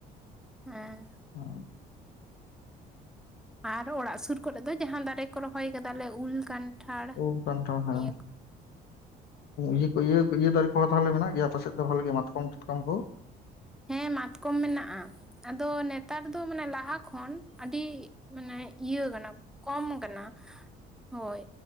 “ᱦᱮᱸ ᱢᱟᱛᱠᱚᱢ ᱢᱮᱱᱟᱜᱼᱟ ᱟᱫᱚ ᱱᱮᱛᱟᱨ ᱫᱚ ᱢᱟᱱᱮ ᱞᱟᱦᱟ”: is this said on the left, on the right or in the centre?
Centre